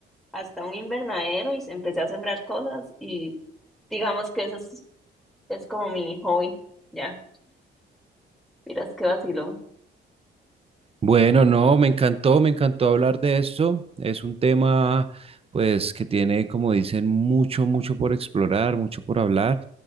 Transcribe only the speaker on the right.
Bueno, no, me encantó, me encantó hablar de esto. Es un tema, pues, que tiene, como dicen, mucho, mucho por explorar, mucho por hablar,